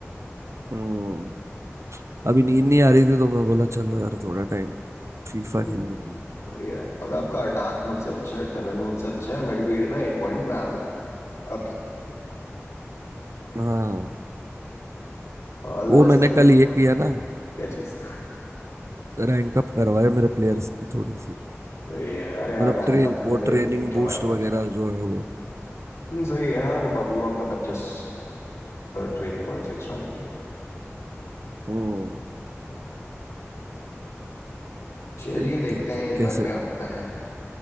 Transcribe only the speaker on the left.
हम्म,
बढ़िया है अब आपका अटैक मुझसे अच्छा है डिफेंस मुझसे अच्छा है मिडफील्ड में एक पॉइंट मैं आ गया हूँ अब
All the
best
for
the game
क्या चीज
सही है अरे यार
रैंक
अप
मैंने
भी फेंक के
मारा
हम्म, सही है हाँ लुकाकू आपने पचास ट्रेनिंग पॉइंट्स एक्स्ट्रा दे दिए
चलिए
देखते
हैं इस
बार क्या होता है